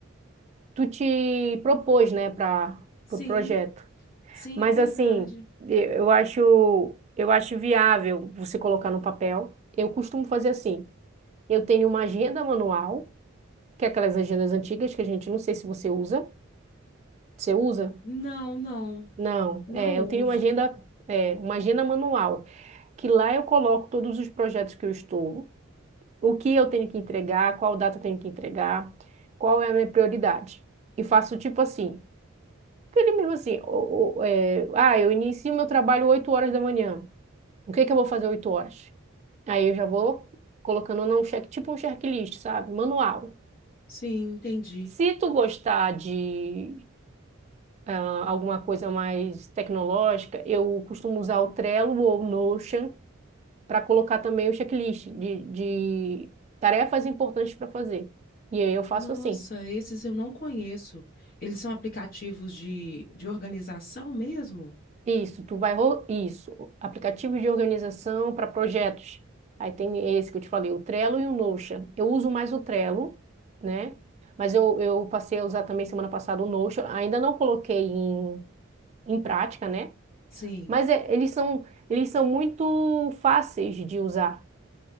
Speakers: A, on the right; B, on the left.
A: tu te propôs, né, para
B: Sim,
A: o pro projeto.
B: sim,
A: Mas
B: é verdade.
A: assim, eu eu acho, eu acho viável você colocar no papel. Eu costumo fazer assim. Eu tenho uma agenda manual, que é aquelas agendas antigas que a gente não sei se você usa. Você usa?
B: Não, não,
A: Não.
B: não
A: É, eu tenho
B: uso.
A: uma agenda, é, uma agenda manual, que lá eu coloco todos os projetos que eu estou, o que eu tenho que entregar, qual data eu tenho que entregar, qual é a minha prioridade. E faço tipo assim, Ele mesmo assim, o- o- é, ah, eu inicio meu trabalho 8 horas da manhã. O que é que eu vou fazer 8 horas? Aí eu já vou colocando num check, tipo um checklist, sabe? Manual.
B: Sim, entendi.
A: Se tu gostar de ah, alguma coisa mais tecnológica, eu costumo usar o Trello ou o Notion para colocar também o checklist de, de tarefas importantes para fazer. E aí eu faço
B: Nossa,
A: assim.
B: esses eu não conheço. Eles são aplicativos de, de organização mesmo?
A: Isso, tu vai. ro- Isso, aplicativo de organização para projetos. Aí tem esse que eu te falei, o Trello e o Notion. Eu uso mais o Trello, né? Mas eu, eu passei a usar também semana passada o Notion. Ainda não coloquei em, em prática, né?
B: Sim,
A: Mas é- eles são, eles são muito fáceis de usar.